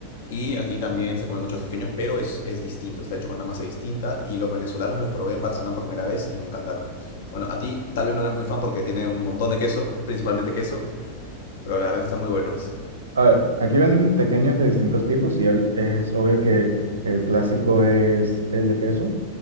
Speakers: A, on the left; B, on the right.
A: Y aquí también se comen muchos tequeños, pero es, es distinto, está hecho con una masa distinta. Y los venezolanos los probé en Barcelona por primera vez y me encantaron. Bueno, a ti tal vez no eres muy fan porque tiene un montón de queso, principalmente queso, pero la verdad que están muy buenos.
B: A ver, aquí ven tequeños de distintos tipos y el- es obvio que el clásico es el de queso,